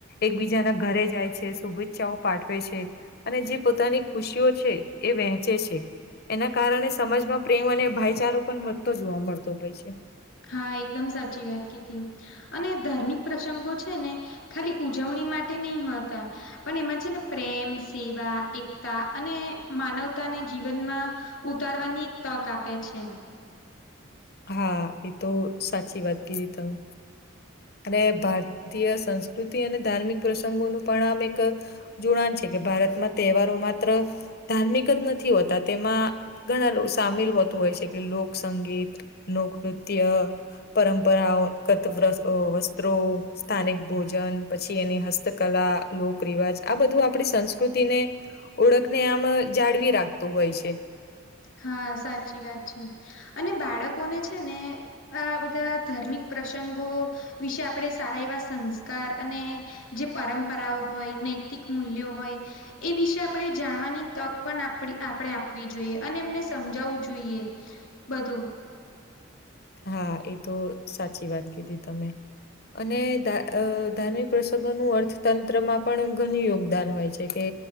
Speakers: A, on the left (about 50°); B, on the left (about 80°).
A: એકબીજાના ઘરે જાય છે, શુભેચ્છાઓ પાઠવે છે. અને જે પોતાની ખુશીઓ છે એ વહેંચે છે એના કારણે સમાજમાં પ્રેમ અને ભાઈચારો પણ વધતો જોવા મળતો હોય છે.
B: હા એકદમ સાચી વાત કીધી. અને ધાર્મિક પ્રસંગો છે ને ખાલી ઉજવણી માટે નઈ હોતા પણ એમાં છે ને પ્રેમ સેવા એકતા અને માનવતા ને જીવનમાં ઉતારવાની એક તક આપે છે.
A: હા એ તો સાચી વાત કીધી તમે. અને ભારતીય સંસ્કૃતિ અને ધાર્મિક પ્રસંગોનું પણ આમ એક જોડાન છે કે ભારતમાં તહેવારો માત્ર ધાર્મિક જ નથી હોતા તેમાં ઘણા લો સામેલ હોતું હોય છે કે લોકસંગીત લોકનૃત્ય પરંપરાઓ કત <unintelligible> અ વસ્ત્રો સ્થાનિક ભોજન પછી એની હસ્તકલા લોકરિવાજ આ બધું આપડી સંસ્કૃતિને ઓળખને આમ જાળવી રાખતું હોય છે.
B: હા, સાચી વાત છે. અને બાળકોને છે ને આ બધા ધાર્મિક પ્રસંગો વિશે આપડે સારા એવા સંસ્કાર અને જે પરંપરાઓ હોય નૈતિક મૂલ્યો હોય એ વિશે આપણે જાણવાની તક પણ આપડી આપડે આપવી જોઈએ. અને એમને સમજાવું જોઈએ બધું
A: હા એ તો સાચી વાત કીધી તમે. અને ધાન અ ધાર્મિક પ્રસંગોનું અર્થતંત્રમાં પણ ઘન યોગ દાન હોય છે કે